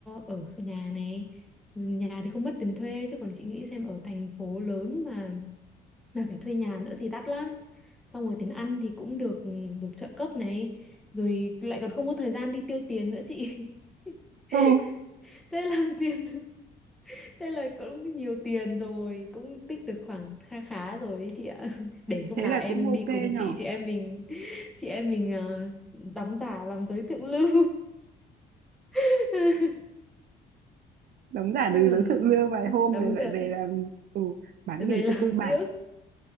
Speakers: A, in the centre; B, on the right.
A: ở nhà này nhà thì không mất tiền thuê chứ còn chị nghĩ xem ở thành phố lớn mà mà phải thuê nhà nữa thì đắt lắm xong rồi tiền ăn thì cũng được được trợ cấp này rồi lại còn không có thời gian đi tiêu tiền nữa chị <laughs>
B: ừ
A: thế là tiền thế là cũng nhiều tiền rồi cũng tích được khoảng kha khá rồi ấy chị ạ <laughs> để hôm
B: thế
A: nào
B: là
A: em
B: cũng ok
A: đi cùng
B: nhỏ
A: chị chị em mình chị em mình ờ, đóng giả làm giới thượng lưu <laughs>
B: đóng giả
A: nhưng
B: từ
A: còn
B: giới thượng lưu vài hôm
A: đóng
B: rồi
A: giả
B: lại về làm ừ, bán
A: về
B: mình cho
A: làm
B: tư bản
A: tiếp